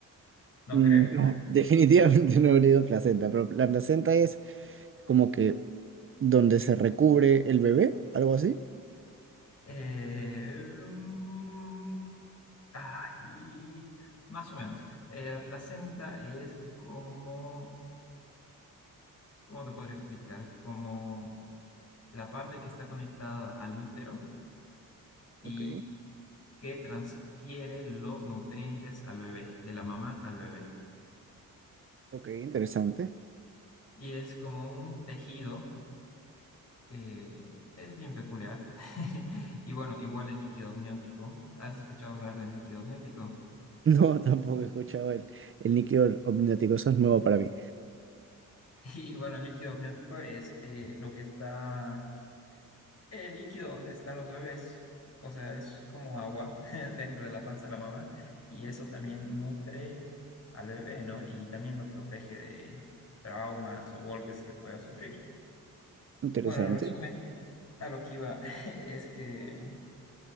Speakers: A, on the left; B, on the right.
A: No
B: Mm,
A: creo.
B: <laughs> No, definitivamente no habría ido placenta, pero la placenta es como que donde se recubre el bebé, algo así.
A: Eh, mm, ay, más o menos. Eh, la placenta es como, ¿cómo te podría explicar? Como la parte que está conectada al útero y
B: Ok,
A: que transfiere los nutrientes al bebé, de la mamá al bebé.
B: ok, interesante.
A: Y es como un tejido que es bien peculiar. <laughs> Y bueno, igual el líquido amniótico. ¿Has escuchado hablar del líquido amniótico?
B: <laughs> No, tampoco he escuchado el, el níquel omniótico, eso es nuevo para mí.
A: Y bueno, el líquido amniótico es eh, lo que está, el líquido donde están los bebés, o sea, es como agua <laughs> dentro de la panza de la mamá y eso también nutre al bebé, ¿no? Y también lo protege de traumas o golpes que pueda sufrir.
B: Interesante.
A: Bueno, en resumen, a lo que iba <laughs> es que